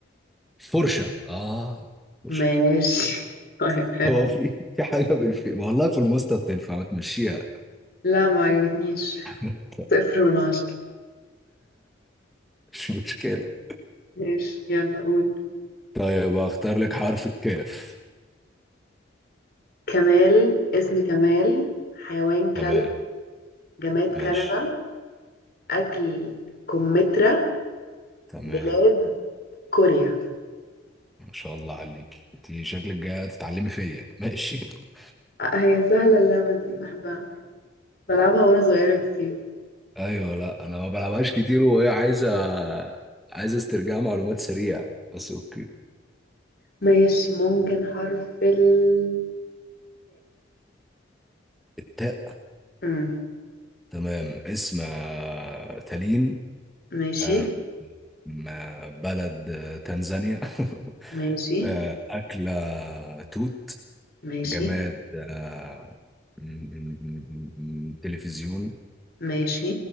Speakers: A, in the centre; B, on the left (about 50°).
A: فرشة اه فرشة
B: ماشي <laughs> طيب
A: <laughs>
B: حلو
A: هو في في حاجة بالفي والله في الماستر تنفع ما تمشيها
B: لا ما عجبتنيش
A: <laughs>
B: صفر من عشرة
A: مش مشكلة
B: ماشي يلا قول
A: طيب اختار لك حرف الكاف
B: كمال اسم كمال حيوان كلب
A: تمام
B: جماد كنبة
A: ماشي
B: أكل كمثرى
A: تمام
B: بلاد كوريا
A: ما شاء الله عليك انت شكلك جاية تتعلمي فيا ماشي <laughs>
B: آه، هي سهلة اللعبة دي بحبها بلعبها وانا صغيرة كتير
A: ايوه لا انا ما بلعبهاش كتير وهي عايزة عايزة استرجاع معلومات سريعة بس اوكي
B: ماشي ممكن حرف التاء
A: التاء
B: أمم،
A: تمام اسم آه، تالين
B: ماشي
A: آه، م- بلد آه، تنزانيا <laughs>
B: ماشي
A: آه، أكلة توت
B: ماشي
A: جماد آه، م- م- م- م- م- تلفزيون
B: ماشي